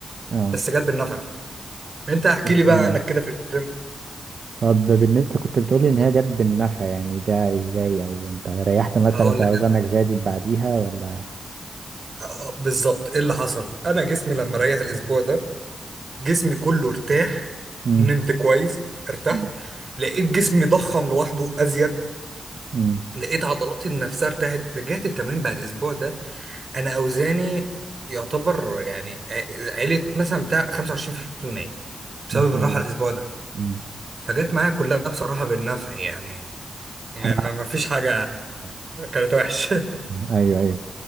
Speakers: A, on the right (about 65°); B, on the right (about 45°).
A: اه
B: بس جت بالنفع ده. انت احكي
A: مش
B: لي بقى
A: مهم
B: عنك كده في الجيم
A: طب بالنسبة أنت كنت بتقولي ان هي جت بالنفع يعني ده ازاي او انت ريحت مثلا
B: هقول
A: في
B: لك جت
A: اوزانك زادت بعديها ولا
B: آه، بالظبط ايه اللي حصل انا جسمي لما ريح الاسبوع ده جسمي كله ارتاح
A: امم
B: نمت كويس ارتحت
A: امم
B: لقيت جسمي ضخم لوحده ازيد
A: امم
B: لقيت عضلاتي نفسها ارتاحت رجعت التمرين بعد اسبوع ده انا اوزاني يعتبر يعني ع- عيلة مثلا بتاع 25% بسبب
A: ما شاء
B: الراحة
A: الله
B: الاسبوع ده
A: امم
B: فجت معايا كلها بصراحة بالنفع يعني ما,
A: انا
B: ما ما فيش حاجة كانت وحشة
A: ايوه ايوه